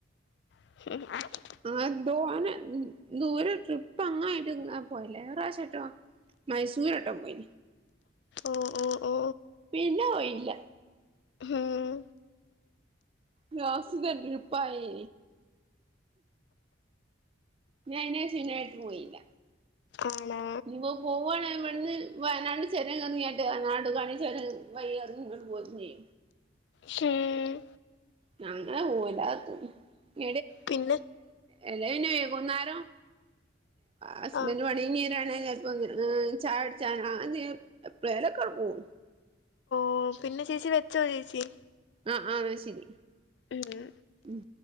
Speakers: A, on the left (about 65°); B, on the right (about 30°).
A: <inaudible>
B: ആ ന്തോനെ ന് ദൂരെ ട്രിപ്പ് അങ്ങനായിട്ട് ഇങ്ങെ പോയിട്ടില്ല ഒര് പ്രാവശ്യട്ടോ മൈസൂരൊട്ടം പോയി
A: ഓഹ് ഓഹ് ഓഹ്
B: പിന്നെ പോയില്ല
A: ഉം
B: ലാസ്റ്റ്‌തെ ട്രിപ്പായി ഞാൻ അയിനെശം ചുനായിട്ട് പോയില്ല.
A: ആണോ?
B: ഇനീപ്പോ പോവാണ് ഇവിടെന്ന് വയനാട് ചൊരം എർങിയാട്ട് നാടുകാണി ചൊരം- വയ്യാതെങ്ങട്ട് പോര്ഞ്ഞയ്.
A: ഹും
B: ഞങ്ങള് പോവൂലാന്ന <unintelligible> <unintelligible>
A: പിന്നെ
B: അല്ലെ പിന്നെ വൈകുന്നാരം - ഹസ്ബൻറ്
A: ആ
B: പണി കഴിഞ്ഞേരാണെങ്കി ചെലപ്പോ ചായ കുടിച്ചാനോ അങ്ങനെ എന്തേലും - എപ്ലെലൊക്കെങ്ങട്ട് പോവും
A: ഓ പിന്നെ ചേച്ചി, വെച്ചോ ചേച്ചി.
B: ആ ആ അത് ശരി
A: ഉം
B: ഉം.